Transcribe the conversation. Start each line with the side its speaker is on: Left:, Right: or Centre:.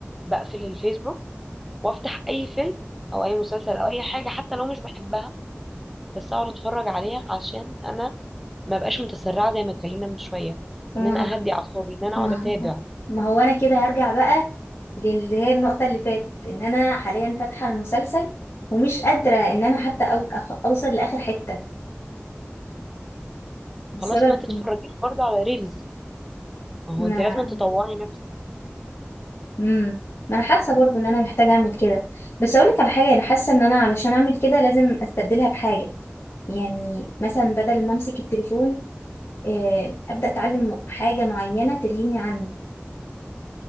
Centre: بقفل الفيسبوك وافتح اي فيلم او اي مسلسل او اي حاجه حتى لو مش بحبها بس اقعد اتفرج عليها عشان انا ما بقاش متسرعه زي ما اتكلمنا من شويه
Left: ما
Centre: ان انا
Left: هو
Centre: اهدي اعصابي ان انا
Left: ما
Centre: اقعد اتابع
Left: هو <laughs> ما هو انا كده هرجع بقى للي هي النقطة اللي فاتت ان انا حاليا فاتحة المسلسل ومش قادرة ان انا حتى أو أخ- اوصل لاخر حتة بسبب
Centre: خلاص ما تتفرجيش برضه على ريلز ما
Left: ما
Centre: هو انت لازم تطوعي نفسك
Left: امم ما انا حاسه برضو ان انا محتاجه اعمل كده بس اقول لك على حاجه انا حاسه ان انا علشان اعمل كده لازم استبدلها بحاجه يعني مثلا بدل ما امسك التليفون آه، ابدا اتعلم حاجه معينه تلهيني عن